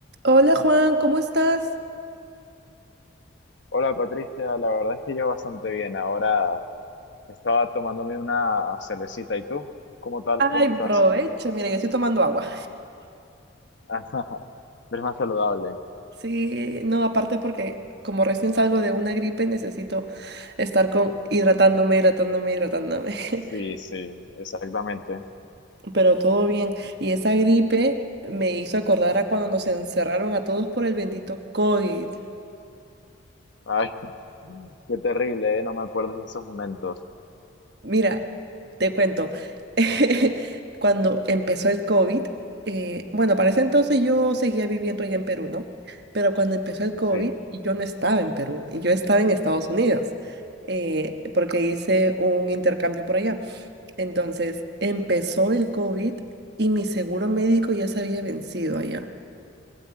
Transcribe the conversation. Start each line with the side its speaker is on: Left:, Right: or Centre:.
Right: Hola Juan, ¿cómo estás?
Left: Hola Patricia, la verdad es que yo bastante bien. Ahora estaba tomándome una cervecita. ¿Y tú? ¿Cómo tal?
Right: Ay,
Left: ¿Cómo estás?
Right: provecho, mira, yo estoy tomando agua.
Left: <laughs> Eres más saludable.
Right: Sí, no, aparte porque como recién salgo de una gripe necesito estar con hidratándome, hidratándome, hidratándome. <laughs>
Left: Sí, sí, exactamente.
Right: Pero todo bien. Y esa gripe me hizo acordar a cuando nos encerraron a todos por el bendito COVID.
Left: Ay, <laughs> qué terrible, ¿eh? No me acuerdo de esos momentos.
Right: Mira, te cuento, <laughs> cuando empezó el COVID, eh, bueno, para ese entonces yo seguía viviendo allá en Perú, ¿no? Pero cuando empezó el COVID,
Left: Sí,
Right: yo no estaba en Perú, yo estaba en Estados Unidos, eh, porque hice un intercambio por allá. Entonces, empezó el COVID y mi seguro médico ya se había vencido allá.